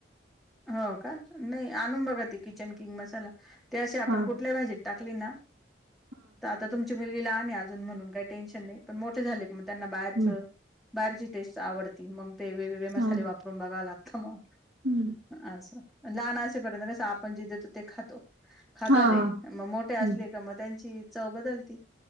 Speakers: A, in the centre; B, on the right.
A: हो का नाही आणून बघ किचन किंग मसाला ते अे आपण
B: हा
A: कुठल्या भाजीत टाकली ना
B: <inaudible>
A: तर आता तुमची मुलगी अजून म्हणून काही टेन्शन नाही पण मोठे झाले मग त्यांना बाहेरचं
B: हम्म
A: बाहेरची टेस्ट आवडती मग ते वेगवेगळे मसाले
B: हा
A: वापरून बघावं लागतं मग.
B: हम्म
A: असं लहान असेपर्यंत कसं आपण जे देतो ते खातो. खातात
B: हा
A: ते
B: हा
A: मग मोठे असले
B: हम्म
A: का मग त्यांची चव बदलती